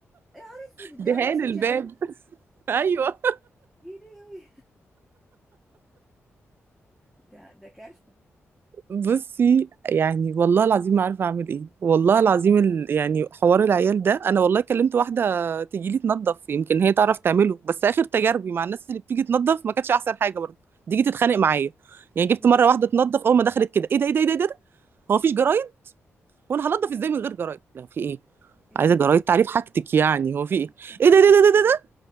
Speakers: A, in the centre; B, on the right.
A: نهار أسود اديها
B: دهان
A: لنفسه
B: الباب
A: جان
B: <laughs> ايوه
A: يديوي ده ده كارثة
B: بصي يعني والله العظيم ما عارفه اعمل ايه والله العظيم ال... يعني حوار العيال ده انا والله كلمت واحده تجيلي تنظف يمكن هي تعرف تعمله بس اخر تجاربي مع الناس اللي بتيجي تنظف ما كانتش احسن حاجه برضه تيجي تتخانق معايا يعني جبت
A: اللي هو
B: مره واحده تنظف اول ما دخلت كده ايه ده ايه ده ايه ده, إيه ده؟ هو مفيش جرايد وانا هنضف ازاي من غير جرايد لا في ايه
A: هي
B: عايزه
A: ست
B: جرايد تعريف حاجتك يعني هو في
A: أنا
B: ايه
A: مش فاهمة
B: ايه
A: في
B: ده ايه
A: إيه
B: ده ايه ده, إيه ده, إيه ده؟